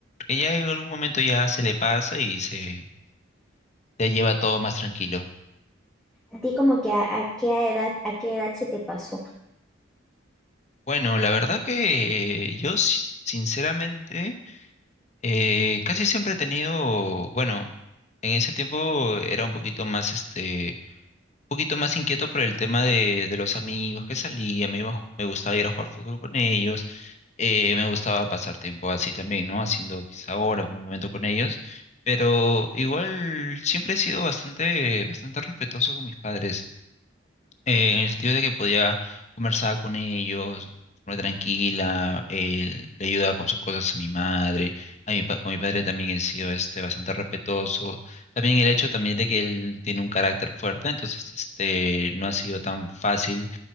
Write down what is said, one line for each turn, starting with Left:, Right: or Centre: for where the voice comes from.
Left: que ya en algún momento ya se le pasa y se ya lleva todo más tranquilo.
Centre: ¿A ti como que a, a qué edad, a qué edad se te pasó?
Left: Bueno, la verdad que yo si- sinceramente eh, casi siempre he tenido, bueno, en ese tiempo era un poquito más este, un poquito más inquieto por el tema de, de los amigos que salía, me iba a ju- me gustaba ir a jugar fútbol con ellos, eh, me gustaba pasar tiempo así también, ¿no? Haciendo quizá hora por un momento con ellos. Pero igual siempre he sido bastante, bastante respetuoso con mis padres. eh, en el sentido de que podía conversar con ellos, muy tranquila, eh, le ayudaba con sus cosas a mi madre, a mi, pa- con mi padre también he sido este, bastante respetuoso, también el hecho también de que él tiene un carácter fuerte, entonces este, no ha sido tan fácil